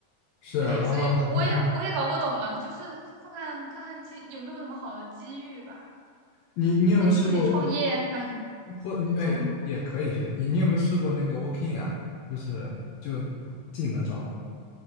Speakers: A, on the left; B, on the right.
A: 是啊然后
B: 哎呀，所以我我也我也搞不懂了，
A: <laughs>
B: 就是看看看看机有没有什么好的机遇吧，
A: 你你有没有试过
B: 或者自己创业，哎，
A: 或你哎也可以去，
B: 啥。
A: 你你有没有试过那个 working 啊？就是就进门找工，